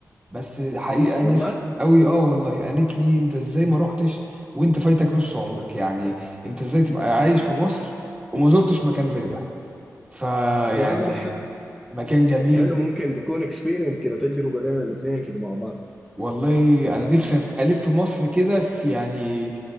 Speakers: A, on the right; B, in the centre.
A: بس حقيقة
B: والله
A: ناس كتير قوي اه والله قالت لي انت ازاي ما رحتش وانت فايتك نص عمرك يعني انت ازاي تبقى عايش في مصر وما زرتش مكان زي ده فيعني
B: طب يا مان ده حق
A: مكان جميل
B: حلو ممكن تكون اكسبيرينس كده تجربة لنا الاثنين كده مع بعض
A: والله انا نفسي أف- الف في مصر كده في يعني